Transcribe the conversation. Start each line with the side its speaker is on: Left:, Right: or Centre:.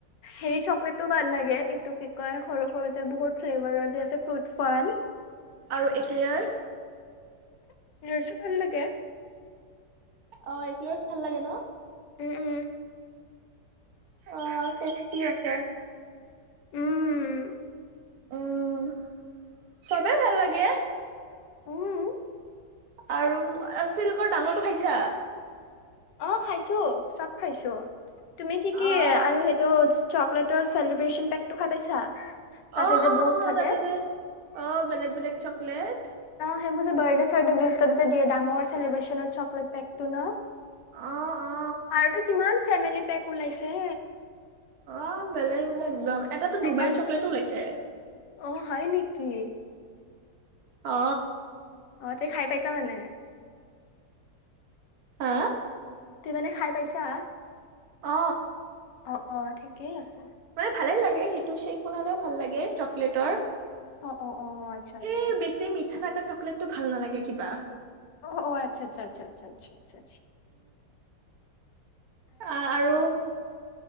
Left: হেৰি চকলেটটো ভাল লাগে। এইটো কি কয়, সৰু সৰু যে বহুত ফ্লেভাৰৰ যে আছে ফ্ৰুট ফান
Right: আৰু একলেয়াৰ।
Left: ইকলেয়াৰচু ভাল লাগে।
Right: অ এক্লাৰচ ভাল লাগে ন।
Left: উম উম।
Right: অ টেষ্টি আছে।
Left: উম।
Right: উম, চবে ভাল লাগে।
Left: উম
Right: আৰু চিল্কৰ ডাঙৰটো খাইছা?
Left: অ খাইছো, চব খাইছো। তুমি কি কি
Right: অ
Left: আৰু সেইটো চকলেটৰ চেলিব্ৰেচন পেকটো খাই পাইছা? তাতে
Right: অ
Left: যে
Right: অ
Left: বহুত
Right: অ
Left: থাকে
Right: তাতে দে, অ বেলেগ বেলেগ চকলেট
Left: মোৰ যে বাৰ্ডে চাৰ্ডে গীফ্টত যে ডাঙৰ চেলিব্ৰেচনৰ চকলেট পেকটো ন
Right: অ অ
Left: আৰুতো কিমান ফেমিলি পেক ওলাইছে।
Right: অ বেলেগ বেলেগ একদম, এটাতো ডুবাইৰ
Left: একদম
Right: চকলেটো ওলাইছে।
Left: অ হয় নেকি?
Right: অ।
Left: অ তই খাই পাইছা মানে?
Right: হা?
Left: তুমি মানে খাই পাইছা?
Right: অ
Left: অ অ ঠিকেই আছে।
Right: মানে ভালে লাগে, সেইটো শ্বেক বনালেও ভাল লাগে চকলেটৰ।
Left: অ অ অ আচ্ছা আচ্ছা
Right: এ
Left: আচ্ছা
Right: বেছি মিঠা থকা চকলেট টো ভাল নালাগে কিবা
Left: অ অ আচ্ছা আচ্ছা আচ্ছা আচ্ছা চা
Right: অ আৰু